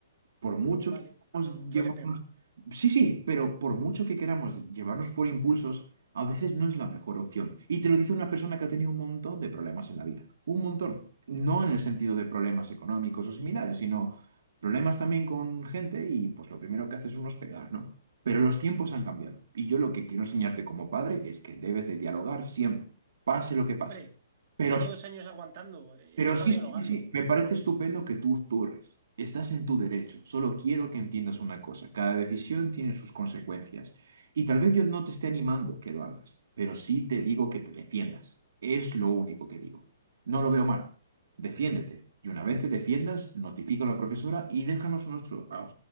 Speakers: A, on the right (about 70°); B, on the right (about 40°).
A: Por mucho
B: Vale,
A: que queramos
B: yo
A: llevarnos...
B: le pego.
A: Sí, sí, pero por mucho que queramos llevarnos por impulsos, a veces no es la mejor opción. Y te lo dice una persona que ha tenido un montón de problemas en la vida. Un montón. No en el sentido de problemas económicos o similares, sino problemas también con gente y pues lo primero que haces uno es pegar, ¿no? Pero los tiempos han cambiado. Y yo lo que quiero enseñarte como padre es que debes de dialogar siempre, pase lo que pase.
B: Hombre,
A: Pero
B: llevo dos años aguantando, he
A: pero
B: estado
A: sí,
B: dialogando,
A: sí, sí, sí, me parece estupendo que tú zurres. Estás en tu derecho. Solo quiero que entiendas una cosa. Cada decisión tiene sus consecuencias. Y tal vez yo no te esté animando que lo hagas, pero sí te digo que te defiendas. Es lo único que digo. No lo veo mal. Defiéndete. Y una vez te defiendas, notifica a la profesora y déjanos a, nuestro, a,